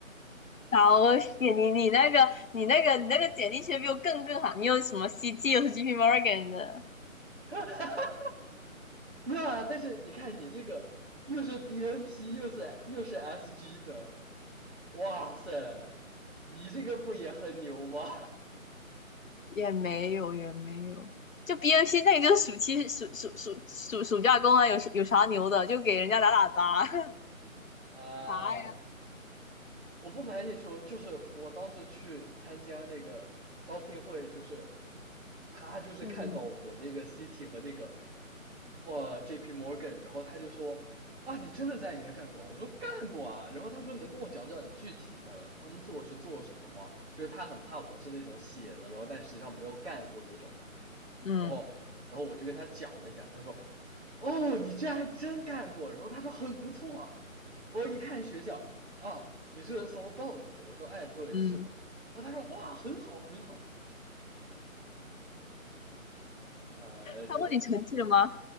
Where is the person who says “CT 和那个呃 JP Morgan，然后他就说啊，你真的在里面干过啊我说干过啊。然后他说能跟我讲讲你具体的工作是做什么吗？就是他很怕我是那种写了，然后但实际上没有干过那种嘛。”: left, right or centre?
Right